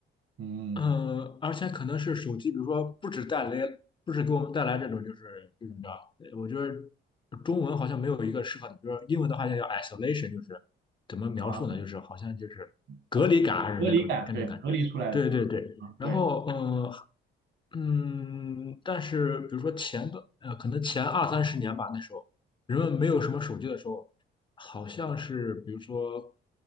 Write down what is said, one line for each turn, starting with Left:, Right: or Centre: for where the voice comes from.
Right: 嗯。
Left: 嗯，而且可能是手机，比如说不止带来，不止给我们带来这种就是这种叫，呃我觉得中文好像没有一个适合的，比如说英文的话叫叫 isolation，就是怎么描述呢？
Right: 啊，
Left: 就是好像就是隔离感还是那种那种感觉。
Right: 呃，隔离感，对，隔离出来的啊，
Left: 对对对。
Right: 啊，
Left: 然后，
Right: 对，
Left: 嗯、嗯，但是比如说前段，呃，可能前二三十年吧，那时候人们没有什么手机的时候，好像是比如说